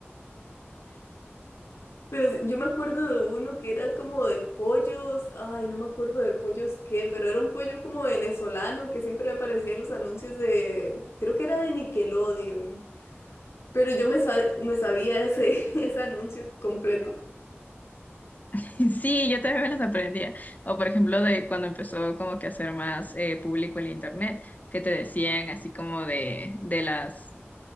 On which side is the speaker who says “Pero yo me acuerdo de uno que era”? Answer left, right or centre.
Left